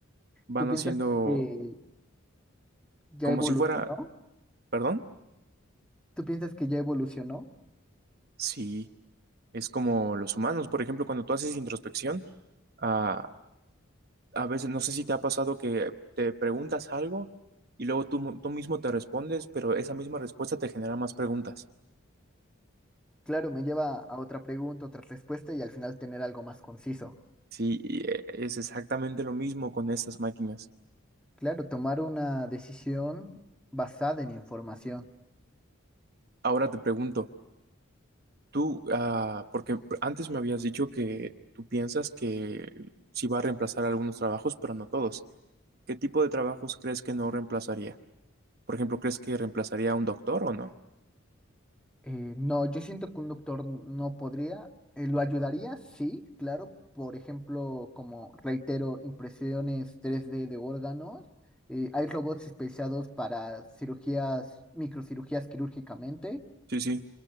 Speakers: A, on the right; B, in the centre.
A: van
B: ¿Tú piensas
A: haciendo
B: que... ¿Ya
A: como
B: evolucionó?
A: si fuera, perdón,
B: ¿Tú piensas que ya evolucionó?
A: sí, es como los humanos, por ejemplo, cuando tú haces introspección, ah, a veces no sé si te ha pasado que te preguntas algo y luego tú, mo- tú mismo te respondes, pero esa misma respuesta te genera más preguntas.
B: Claro, me lleva a otra pregunta, otra respuesta y al final tener algo más conciso.
A: Sí, y, eh, es exactamente lo mismo con estas máquinas.
B: Claro, tomar una decisión basada en información.
A: Ahora te pregunto, tú, ah, porque antes me habías dicho que tú piensas que sí va a reemplazar algunos trabajos, pero no todos. ¿Qué tipo de trabajos crees que no reemplazaría? Por ejemplo, ¿crees que reemplazaría a un doctor o no?
B: Eh, no, yo siento que un doctor no podría. Eh, ¿lo ayudaría? Sí, claro. Por ejemplo, como reitero, impresiones 3D de órganos. Eh, hay robots especializados para cirugías, microcirugías quirúrgicamente,
A: Sí, sí.